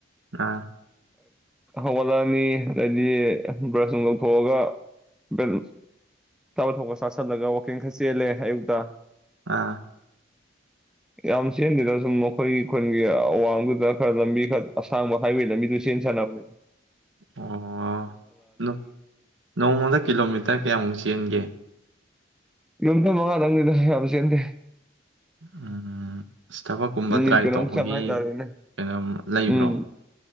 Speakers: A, on the right (about 80°); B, in the centre.
A: ꯑꯥ
B: ꯍꯧꯒꯠꯂꯛꯑꯅꯤ ꯑꯗꯩꯗꯤ ꯕ꯭ꯔꯁ ꯅꯨꯡ ꯇꯧꯊꯣꯛꯑꯒ ꯕ꯭ꯔꯦꯠ ꯊꯥꯕ ꯊꯛꯄ ꯆꯥꯁꯜꯂꯒ ꯋꯥꯛꯀꯤꯡ ꯈꯔ ꯆꯦꯜꯂꯦ ꯑꯌꯨꯛꯇ
A: ꯑꯥ
B: ꯌꯥꯝ ꯆꯦꯟꯗꯦꯗ ꯁꯨꯝ ꯃꯈꯣꯏꯒꯤ ꯈꯨꯟꯒꯤ ꯑꯋꯥꯡꯗꯨꯗ ꯈꯔ ꯂꯝꯕꯤ ꯈꯔ ꯑꯁꯥꯡꯕ ꯍꯥꯏꯋꯦ ꯂꯝꯕꯤꯗꯨ ꯆꯦꯟ ꯁꯥꯅꯕꯅꯦꯕ
A: ꯑꯣ ꯅꯣꯡꯃꯗ ꯀꯤꯂꯣꯃꯤꯇꫪ ꯀꯌꯥꯃꯨꯛ ꯆꯦꯟꯒꯦ
B: ꯀꯤꯂꫭꯃꯤꯇꫪ ꯃꯉꯥꯗꯪꯅꯤꯗ ꯌꯥꯝ ꯆꯦꯟꯗꯦ
A: ꯎꯝ ꯊꯕꯛꯀꯨꯝꯕ
B: ꯃꯤꯅꯤꯠ
A: ꯇ꯭ꯔꯥꯏ
B: ꯀꯩꯅꯣꯃꯨꯛ
A: ꯇꯧꯕꯒꯤ
B: ꯆꯥꯡꯉꯦ ꯍꯥꯏꯇꯥꯔꯦꯅꯦ
A: ꯀꯩꯅꯣꯝ ꯂꯩꯕ꯭ꯔꯣ
B: ꯎꯝ